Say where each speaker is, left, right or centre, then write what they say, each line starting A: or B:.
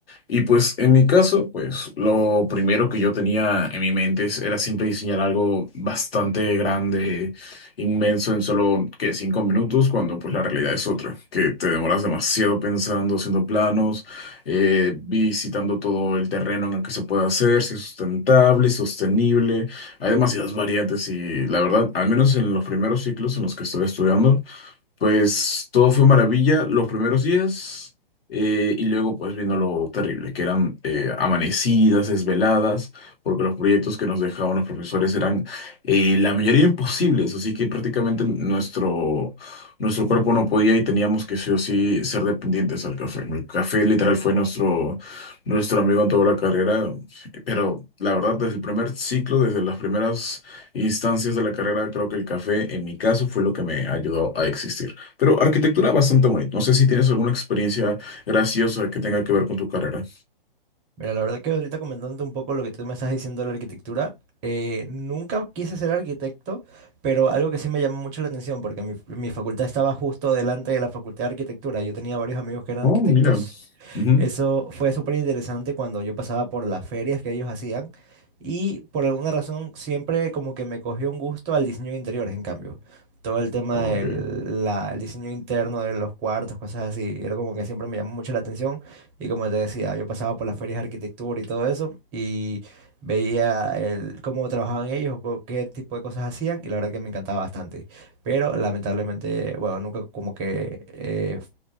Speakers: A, on the left; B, on the right.
A: Y pues en mi caso, pues lo primero que yo tenía en mi mente es- era siempre diseñar algo bastante grande, inmenso en solo que cinco minutos, cuando pues la realidad es otra, que te demoras demasiado pensando, haciendo planos, eh, visitando todo el terreno en el que se puede hacer, si es sustentable, sostenible, hay demasiadas variantes y la verdad, al menos en los primeros ciclos en los que estoy estudiando, pues todo fue maravilla los primeros días eh, y luego pues vino lo terrible, que eran eh, amanecidas, desveladas, porque los proyectos que nos dejaban los profesores eran eh, la mayoría imposibles, así que prácticamente nuestro, nuestro cuerpo no podía y teníamos que sí o sí ser dependientes al café. El café literal fue nuestro, nuestro amigo en toda la carrera, pero la verdad desde el primer ciclo, desde las primeras instancias de la carrera, creo que el café en mi caso fue lo que me ayudó a existir. Pero arquitectura bastante bonita. No sé si tienes alguna experiencia graciosa que tenga que ver con tu carrera.
B: Mira, la verdad que ahorita comentando un poco lo que tú me estás diciendo de la arquitectura, eh, nunca quise ser arquitecto, pero algo que sí me llamó mucho la atención, porque mi, mi facultad estaba justo delante de la facultad de arquitectura. Yo tenía varios amigos que eran
A: Oh,
B: arquitectos
A: mira. Ujú.
B: eso fue súper interesante cuando yo pasaba por las ferias que ellos hacían y por alguna razón siempre como que me cogió un gusto al diseño de interiores, en cambio. Todo el tema
A: Ok.
B: del la- el diseño interno de los cuartos, cosas así, era como que siempre me llamó mucho la atención y como te decía, yo pasaba por las ferias de arquitectura y todo eso y veía el, cómo trabajaban ellos, o qué tipo de cosas hacían y la verdad que me encantaba bastante. Pero lamentablemente, bueno, nunca como que eh,